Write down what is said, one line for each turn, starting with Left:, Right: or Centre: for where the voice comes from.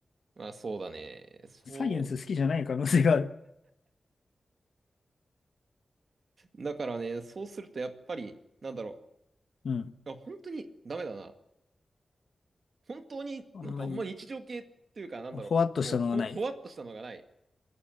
Right: まあそうだね。そ
Left: サイエンス好きじゃない可能性がある。
Right: う。だからね、そうするとやっぱり、なんだろ
Left: うん。
Right: う。あ本当にダメだな。本当になんかあんま日常系っていうか、
Left: あんまり、
Right: なんだろう。
Left: ほわっとしたのはない。
Right: こう、ほ、ほわっとしたのがない。